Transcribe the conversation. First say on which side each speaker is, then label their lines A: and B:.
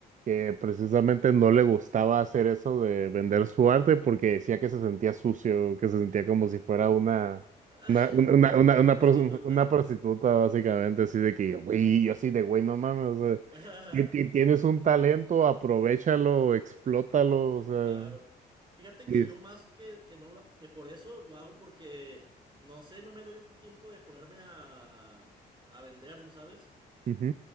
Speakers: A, on the right; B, on the right.
A: que precisamente no le gustaba hacer eso de vender su arte porque decía que se sentía sucio, que se sentía como si fuera una,
B: Ah,
A: una,
B: una,
A: una,
B: una,
A: una, una,
B: una
A: una
B: prostituta.
A: pros- una prostituta, básicamente, así de que, güey, yo así de, güey, no mames, o sea,
B: <laughs>
A: ti- ti- tienes un talento, aprovéchalo, explótalo, o sea.
B: Claro. Fíjate que
A: y-
B: yo más que, que no lo, que por eso lo hago porque no sé, no me doy el tiempo de ponerme a, a venderlo, ¿sabes?
A: Ajá.